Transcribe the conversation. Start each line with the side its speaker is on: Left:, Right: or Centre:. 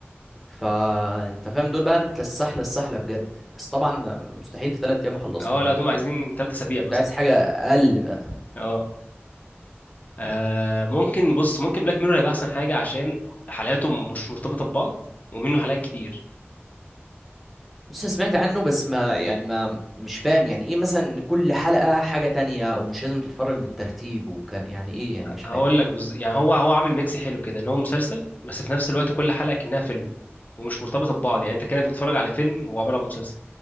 Centre: فأنت فاهم دول بقى أنت السحلة السحلة بجد بس طبعا ده مستحيل في تلات أيام أخلصهم
Left: اه لا
Centre: يعني
Left: دوم
Centre: ف
Left: عايزين
Centre: كنت
Left: ثلاث اسابيع مثلا
Centre: عايز حاجة أقل
Left: اه آه، ممكن بص ممكن بلاك ميرور هيبقى احسن حاجه عشان حلقاته مش مرتبطه ببعض ومنه حلقات كتير
Centre: بص أنا سمعت عنه بس ما يعني ما مش فاهم يعني ايه مثلا ان كل حلقة حاجة تانية او مش لازم تتفرج بالترتيب وكان يعني ايه يعني مش فاهم
Left: هقول لك بز... يعني هو هو عامل ميكس حلو كده ان هو مسلسل بس في نفس الوقت كل حلقه كأنها فيلم ومش مرتبطه ببعض يعني انت كانك بتتفرج على فيلم هو عباره عن مسلسل